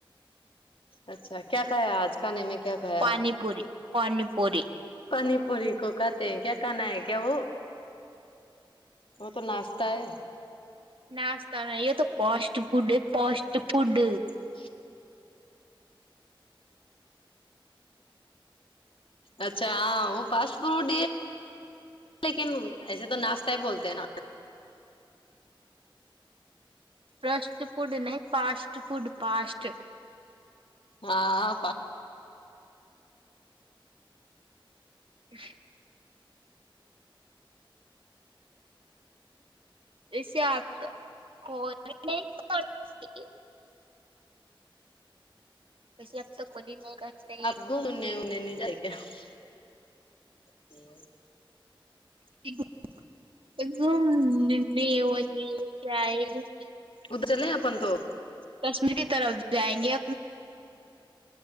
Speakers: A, on the left; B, on the right.
A: اچھا کیا کھایا آج کانے میں کیا کھایا
B: پانی
A: آپ نے
B: پوری پانی پوری
A: پانی پوری کو کھاتے ہیں کیا کھانا ہے کیا وہ وہ تو ناشتہ ہے
B: ناشہ نہیں یہ تو پاسٹ فڈ ہے پاسٹ فوڈ
A: <inaudible> اچھا ہاں وہ پاسٹ فوڈ لیکن ایسے تو ناشتہ ہی بولتے ہیں نا
B: فرسٹ فڈ نہیں پاسٹ فوڈ پاسٹ
A: ہاں
B: اش <unintelligible> <unintelligible>
A: <unintelligible> جی
B: ج <unintelligible>
A: ا چلی اپن تو
B: کشمیر کی طرف جائیں گے